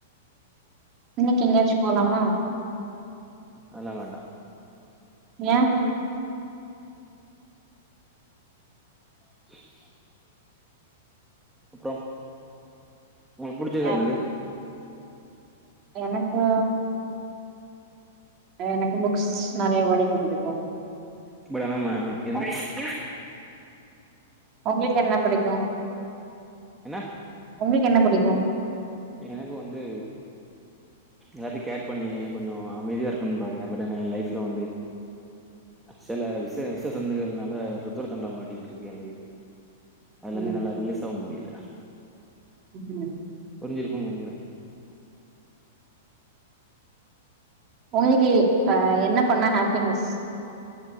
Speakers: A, on the right; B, in the centre.
A: இன்னைக்கு எங்கயாச்சு போலாமா
B: அதல்லா வேண்டா
A: ஏ
B: <unintelligible> அப்றோ உங்களுக்கு புடிச்சது
A: ஏ எ
B: என்னது
A: எனக்கு எனக்கு புக்ஸ் நெறைய படிக்க புடிக்கு
B: இப்ப தா நம்ம <unintelligible>
A: உங்களுக்கு என்ன புடிக்கு
B: என்ன
A: உங்களுக்கு என்ன புடிக்கு
B: எனக்கு வந்து எல்லாத்தையு கேர் பண்ணி கொஞ்சோ அமைதியா இருக்குனுன் பாக்குறே தென் என் லைஃப்ல வந்து சில விஷ விஷ சந்துங்கள்னால ருத்ர தாண்டவம் ஆடிட்டு இருக்கு என் லைஃப் அதலிருந்து
A: ம்
B: என்னாலா ரிலீஸ் ஆவ முடில
A: ம்
B: புரிஞ்சிருக்கும் நெனைக்கிறென்
A: <unintelligible> அ என்ன பண்ணா ஹப்பினஸ்